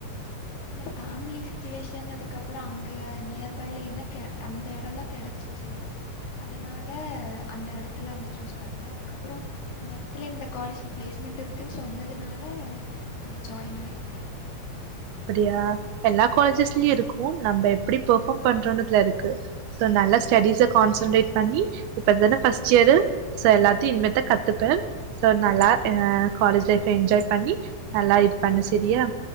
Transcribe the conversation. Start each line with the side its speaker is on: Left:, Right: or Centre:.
Left: இல்ல ஃபேமிலி சுச்சுவேஷன் அதுக்குப்புற அங்க நியர் பைல என்ன க அந்த எட தா கெடைச்சி ச்சு அதனால அந்த எடத்துல அங்க சூஸ் பண்ணது அதுக்கப்பறோ இந்த எடத்துல இந்த காலேஜ்ல பிளேஸ்மென்ட் இருக்குன் சொன்னதுனால இங்க ஜாயின் ஆயிருக்க
Right: அப்படியா எல்லா காலேஜஸ்லயு இருக்கு நம்ம எப்டி பெர்ஃபார்ம் பண்றோன்றதுல இருக்கு சோ நல்ல ஸ்டெடிஸ கான்சன்ட்ரேட் பண்ணி இப்ப இதான ஃபஸ்ட் இயரு சோ எல்லாத்தையு இனிமேத்தா கத்துப்ப சோ நல்லா ஆ காலேஜ் லைஃப்ப என்ஜாய் பண்ணி நல்லா இது பண்ணு செரியா